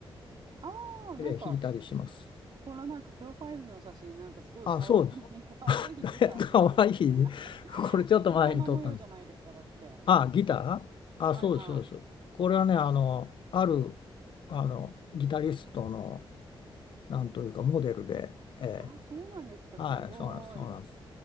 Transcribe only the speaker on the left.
えー弾いたりします。
あ、そうです。
<laughs> かわいい。
<laughs> これちょっと前に撮ったんです。
あ、ギターあ、
そうです、そうです。これはね、あの、ある、あの、ギタリストの、なんというか、モデルで、え
ーはい、
そうなんです、そうなんです。